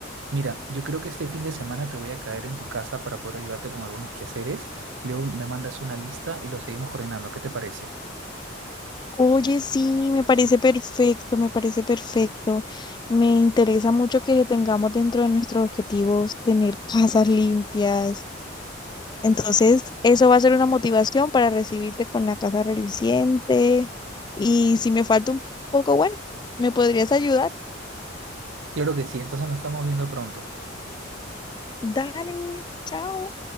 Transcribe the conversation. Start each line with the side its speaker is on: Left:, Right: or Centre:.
Right: mira, yo creo que este fin de semana te voy a caer en tu casa para poder ayudarte con algunos quehaceres. Luego me mandas una lista y lo seguimos coordinando. ¿Qué te parece?
Left: Oye, sí, me parece perfecto, me parece perfecto. Me interesa mucho que tengamos dentro de nuestros objetivos tener casas limpias. Entonces, eso va a ser una motivación para recibirte con la casa reluciente. Y si me falta un poco, bueno, ¿me podrías ayudar?
Right: Claro que sí, entonces nos estamos viendo pronto.
Left: Dale, chao.